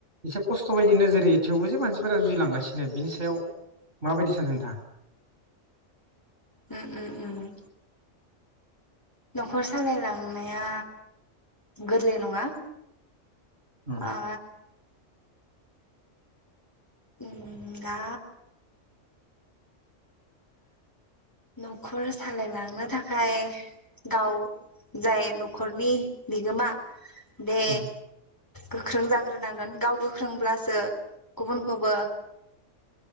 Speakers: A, on the right; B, on the left.
A: एसे खस्थ' बायदि नोजोर होयो थेवबो जे मानसिफोरा जुजिलांगासिनो बिनि सायाव माबायदि सानो नोंथाङा?
B: ओम ओम न'खर सालायलांनाया गोरलै नङा।
A: उम
B: आ उम दा। न'खर सालायलांनो थाखाय गाव जाय न'खरनि बिगोमा बे
A: उम
B: गोख्रों जाग्रोनांगोन गाव गोख्रोंब्लासो गुबुनखौबो